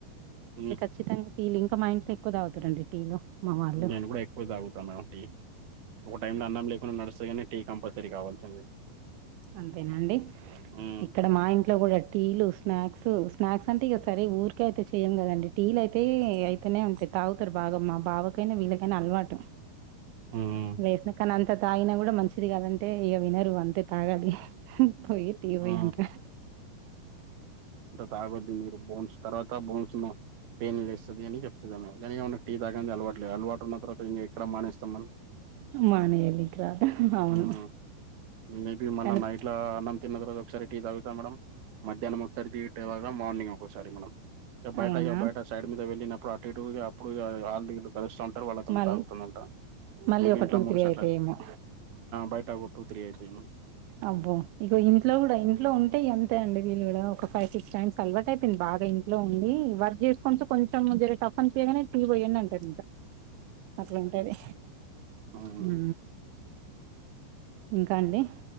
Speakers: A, on the right; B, on the right.
A: ఉమ్
B: ఖచ్చితంగ టీలు ఇంకా మా ఇంట్లో ఎక్కువ తాగుతారండి టీలు మా వాళ్ళు
A: నేను కూడ ఎక్కువ తాగుతాన టీ ఒక్కొ టైమ్ ల అన్నం లేకున్న నడుస్త గని టీ కంపల్సరీ కావల్సిందే
B: అంతేనండి
A: ఉమ్
B: ఇక మా ఇంట్లో కూడ టీలు స్నాక్స్ స్నాక్స్ అంటే ఇక సరే ఊరికె అయితే చెయ్యం గదండి టీలయితే అయితేనే ఉంటాయి తాగుతారు బాగ మా బావకైనా వీళ్ళకైనా అలవాటు
A: ఉమ్
B: వేసిన కానీ అంత తాగిన కూడా మంచిది కాదంటే ఇక వినరు అంతే తాగలి పోయి టీ పోయంట
A: ఆ తాగద్ది మీరు బోన్స్ తర్వాత <unintelligible> పెయిన్ లేస్తది అని చెప్తదిఅమే కాని టీ తాగంది అలవాట్లేదు అలవాటు ఉన్న తర్వాత ఇక్కడ మానేస్తాం మనం
B: మానేయలికి రాదు అవును.
A: ఉమ్ మేబి మళ్ళ
B: కానీ
A: నైట్ల అన్నం తిన్న తర్వాత ఒకసారి టీ తాగుత మేడం మధ్యాహ్నం ఒకసారి టీ తాగుతా మార్నింగ్ ఒకసారి మేడం ఇక బయట
B: అవునా
A: ఇ బయట సైడ్ మీద వెళ్ళినప్పుడు అటు ఇటు అప్పుడు ఇగ <unintelligible> వల్ల కొన్ని
B: మళ్
A: తాగుతుందంట
B: మళ్ళీ
A: మేబి
B: ఒక
A: ఇంట్లో
B: టూ
A: మూడు
B: త్రీ
A: <unintelligible>
B: అయితాయేమో.
A: బయట ఒక టూ త్రీ <unintelligible>
B: అబ్బో ఇగ ఇంట్లో కూడా ఇంట్లో ఉంటేయి ఎంతే అండిళ్ళ కూడ ఒక ఫైవ్ సిక్స్ టైమ్స్ అలవాక అయితేడి బాగా ఇ లో ఉంది వర్క్ చేసుకుంటూ కొంచెం జరే టఫన్ తీయగానే తీటీ పోయానుండి <unintelligible> ఉంటాది
A: మ్మ్
B: హు ఇంకా అండి.